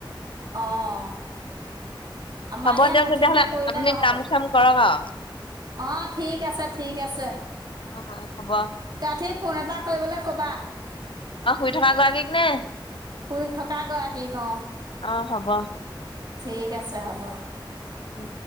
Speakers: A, on the right (about 50°); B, on the left (about 80°).
A: অহ। আমাৰ
B: হ'ব
A: ইয়াত
B: দিয়ক
A: মুঠিকে
B: তেতিয়াহ'লে
A: কৰিলে
B: আপুনি
A: নহব।
B: কাম চাম কৰক আৰু
A: অ' ঠিক আছে ঠিক আছে।
B: অ' হ'ব।
A: সি ফোন এটা কৰিবলৈ ক'বা।
B: অ শুই থকা গৰাকীক নে
A: শুই থকা গৰাকি ক অ'।
B: অ', হ'ব।
A: ঠিক আছে হ'ব।
B: অ'।